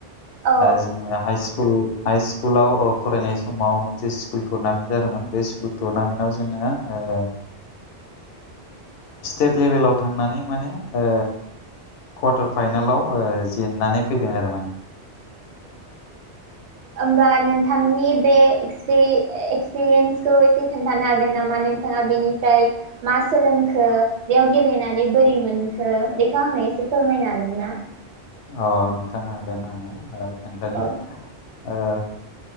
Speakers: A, on the right; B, on the left.
A: औ
B: ओ जों ओ हाइ स्कुल हाइ स्कुलाव अ फरायनाय समाव मोनसे स्कुल टुरनामेन्ट जादोंमोन बे स्कुल टुरनामेन्टआव जोङो ओ स्टेट लेभेलाव थांनानै माने ओ कवाटार फाइनलाव ओ जेननानै फैदों आरो माने।
A: ओमबा नों थांनि बे एक्सपिरि एक्सपिरियेन्सखौ एसे खोन्थानो हागोन नामा नोंथाङा बेनिफ्राय मा सोलोंखो? गेम गेलेनानै बोरै मोनखो बेखौ आंनो एसे फोरमायनो हागोनना?
B: अ नोंथाङा हागोन हानाया ओ खोन्थानि
A: औ
B: ओ